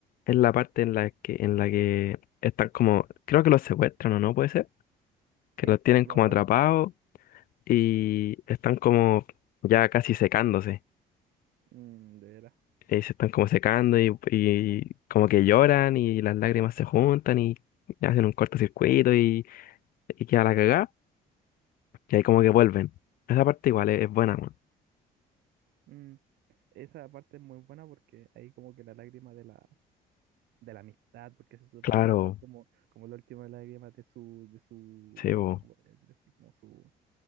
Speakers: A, on the left; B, on the right.
A: es la parte en la que en la que están como, creo que los secuestran o no puede ser,
B: Sí,
A: que los tienen
B: con
A: como
B: los atrapan.
A: atrapados y están como ya casi secándose.
B: Mm, de veras.
A: eh, se están como secando y, y como que lloran y las lágrimas se juntan y hacen un cortocircuito y, y queda la cagada y ahí como que vuelven. Esa parte igual es, es buena, man.
B: Mm. Esa parte es muy buena porque ahí como que la lágrima de la, de la amistad, porque se supone
A: Claro,
B: que son como, como la última lágrima de su, de su,
A: sí, vos,
B: ¿cómo podría decir así? Como su